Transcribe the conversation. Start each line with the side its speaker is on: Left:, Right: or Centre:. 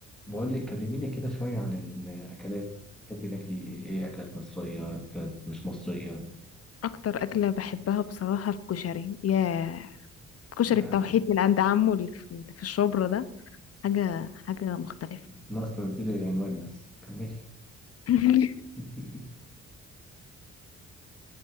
Centre: بقول لك كلميني كده شوية عن الأكلات تحبي تاكلي إيه أكلات مصرية أكلات مش مصرية
Left: اكتر اكله بحبها بصراحه الكشري ياه كشري
Centre: يا
Left: التوحيد من عند عمو اللي في في الشبرا ده حاجه حاجه مختلفه
Centre: ناقص تنزلي العنوان بس كملي
Left: <laughs>
Centre: <laughs>